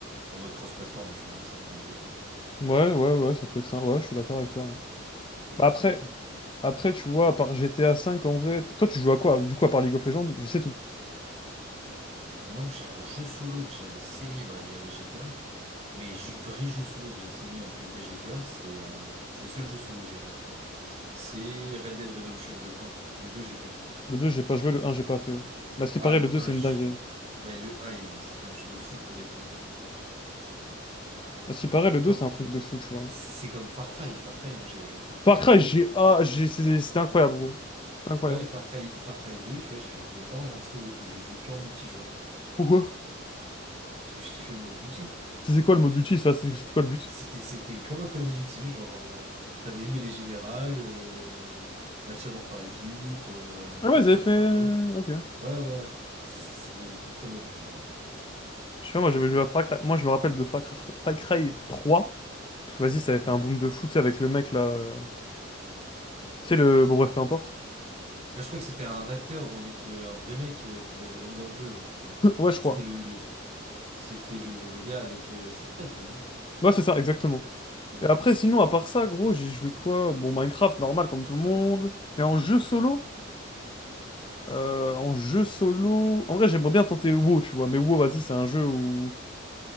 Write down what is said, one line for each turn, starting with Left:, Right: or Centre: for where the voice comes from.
Right: En mode cross-plateforme, tu vois, là, ça ferait un gros truc.
Left: Ouais, ouais, ouais, ça peut être ça. Ouais, je suis d'accord avec toi. ouais.
Right: C'est une
Left: Bah
Right: possibilité.
Left: après, Après, tu vois, à part GTA V, en vrai, t- toi, tu joues à quoi? Du coup, à part League of Legends, je sais tout.
Right: Non, j'ai en jeu solo que j'avais saigné, bah, il y a les GTA. Mais je- vrai jeu solo que j'ai saigné en plus des GTA, c'est euh, c'est le seul jeu solo que j'ai joué. C'est Red Dead Redemption le un. Le 2 j'ai pas le temps.
Left: Le 2 j'ai pas joué, le un j'ai pas fait. Mais à ce qui
Right: Ah,
Left: paraît,
Right: le
Left: le deux
Right: un
Left: c'est
Right: je
Left: une dinguerie.
Right: l'ai. Mais le un, il- c'était un jeu de fou pour l'époque. je-
Left: À ce qui paraît, le 2
Right: Comme,
Left: c'est un truc de fou, tu vois.
Right: c'est c'est comme Far Cry. Far Cry, moi j'avais joué à Far Cry
Left: Far Cry,
Right: 2.
Left: j'ai... Ah, j'ai... c'est- C'était incroyable, gros. C'était incroyable.
Right: Ouais, mais Far Cry, Far Cry 2, tu vois, je je jouais pas en solo, je jouais que en multijoueur.
Left: Pourquoi?
Right: Ah, Parce que je kiffais le mode multi
Left: C'était quoi le mode
Right: de Far
Left: multi?
Right: Cry
Left: ça,
Right: 2.
Left: C'était c'était quoi le but?
Right: C'était, c'était comme un Call of Duty, genre, euh, t'avais aimé les générales, euh, match à mort par équipe, euh,
Left: Ah
Right: capture
Left: ouais, ils avaient fait...
Right: de drapeau.
Left: Ok.
Right: Ouais, ouais, ouais. C'est- Il était trop bien le jeu, en vrai.
Left: Je sais pas, moi, j'avais joué à Far Cry... Moi, je me rappelle de Far Cry, Far Cry 3. Parce que, vas-y, ça avait fait
Right: Ouais.
Left: un boom de fou, tu sais, avec le mec, là... euh, Tu sais, le... Bon, bref, peu importe.
Right: Bah, je crois que c'était un acteur ou un mec, euh, un vrai mec euh, qu'ils avaient remis dans le jeu, genre, je crois.
Left: <laughs> Ouais, je
Right: C'était
Left: crois.
Right: le, c'était le, le gars avec euh, sa crête, là, non?
Left: Ouais, c'est ça, exactement.
Right: Ok.
Left: Et après, sinon, à part ça, gros, j'ai joué quoi? Bon, Minecraft, normal, comme tout le monde. Mais en jeu solo? euh, en jeu solo... En vrai, j'aimerais bien tenter WoW, tu vois. Mais WoW, vas-y, c'est un jeu où...